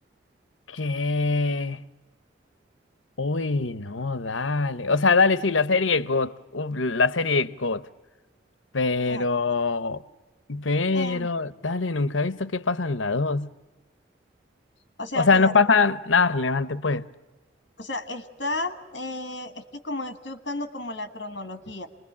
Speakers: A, on the left; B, on the left.
A: ¿Qué? Uy, no, dale. O sea, dale, sí, la serie God. Uf, la serie God. Pero,
B: Fíjate.
A: pero,
B: em,
A: dale, nunca he visto que pasan las dos.
B: o sea,
A: O sea,
B: fíjate,
A: no pasa nada relevante, pues.
B: o sea, está, eh, es que como estoy buscando como la cronología,